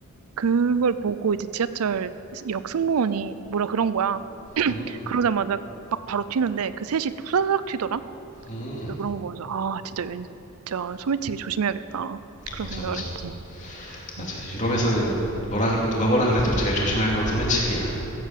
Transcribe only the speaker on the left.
음,
음.
맞아,
맞아.
맞아.
유럽에서는 뭐라 그래, 누가 뭐라 그래도 제일 조심할 건 소매치기야.